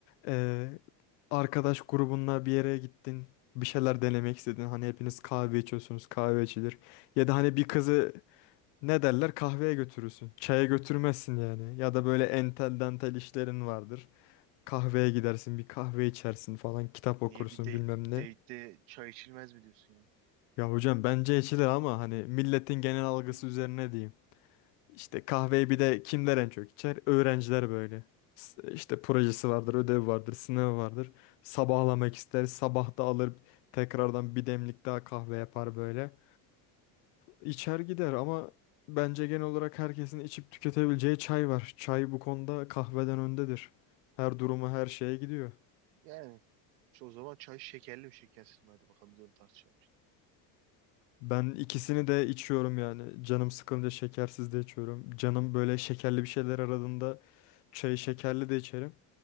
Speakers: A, on the left; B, on the right.
A: eee, arkadaş grubunla bir yere gittin bir şeyler denemek istedin. Hani hepiniz kahve içiyorsunuz kahve içilir. Ya da hani bir kızı Ne derler kahveye götürürsün. Çaya götürmezsin yani. Ya da böyle entel dantel işlerin vardır. Kahveye gidersin bir kahve içersin falan kitap okursun
B: Niye bir date,
A: bilmem ne.
B: date'de çay içilmez mi diyorsun yani?
A: Ya hocam bence içilir ama hani milletin genel algısı
B: Hı.
A: üzerine diyeyim. İşte kahveyi bir de kimler en çok içer? Öğrenciler böyle. S- İşte projesi vardır, ödev vardır, sınav vardır. Sabahlamak ister, sabah da alır tekrardan bir demlik daha kahve yapar böyle. İçer gider ama bence genel olarak herkesin içip tüketebileceği çay var. Çay bu konuda kahveden öndedir. Her duruma her şeye gidiyor.
B: Yani işte o zaman çay şekerli mi şekersiz mi? Hadi bakalım biz onu tartışalım.
A: Ben ikisini de içiyorum yani. Canım sıkılınca şekersiz de içiyorum. Canım böyle şekerli bir şeyler aradığında çayı şekerli de içerim.